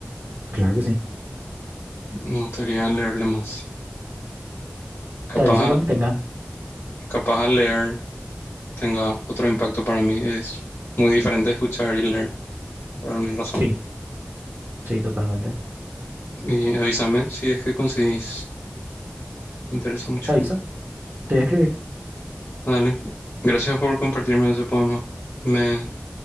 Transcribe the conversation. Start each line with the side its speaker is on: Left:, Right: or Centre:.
Right: Claro que sí.
Left: Me gustaría leerle más. Capaz,
Right: Te aviso cuando tenga.
Left: capaz al leer tenga otro impacto para mí. Es muy diferente escuchar y leer, por alguna razón.
Right: Sí, sí, totalmente.
Left: Y avísame si es que conseguís. me interesa mucho.
Right: Te aviso. Te voy a escribir.
Left: Dale. Gracias por compartirme ese poema. Me,